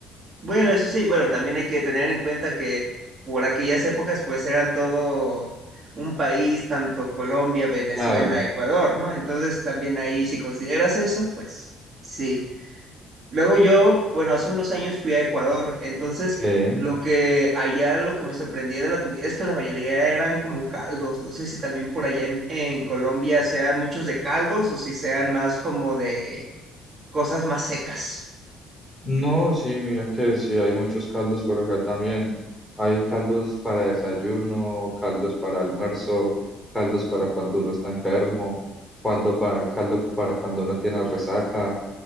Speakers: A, on the right; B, in the centre.
A: Bueno, eso sí, bueno, también hay que tener en cuenta que por aquellas épocas, pues eran todo un país, tanto Colombia, Venezuela,
B: Claro.
A: Ecuador, ¿no? Entonces, también ahí, si consideras eso, pues sí. Luego yo, bueno, hace unos años fui a Ecuador, entonces
B: Sí.
A: lo que allá lo que me sorprendía de la comida es que la mayoría eran como caldos. No sé si también por allá en, en Colombia sean muchos de caldos o si sean más como de cosas más secas.
B: No, sí, mira que sí, hay muchos caldos por acá también. Hay caldos para desayuno, caldos para almuerzo, caldos para cuando uno está enfermo, caldo para, caldo para cuando uno tiene resaca.